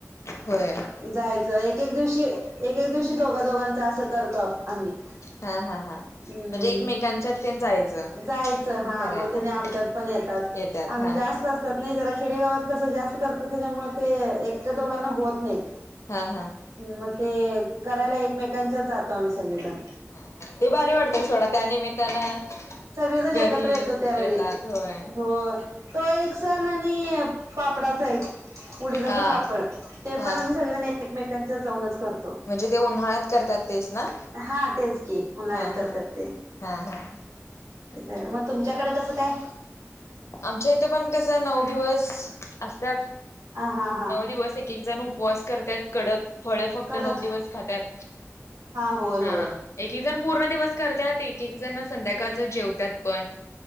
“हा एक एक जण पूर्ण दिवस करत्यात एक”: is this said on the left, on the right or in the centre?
Left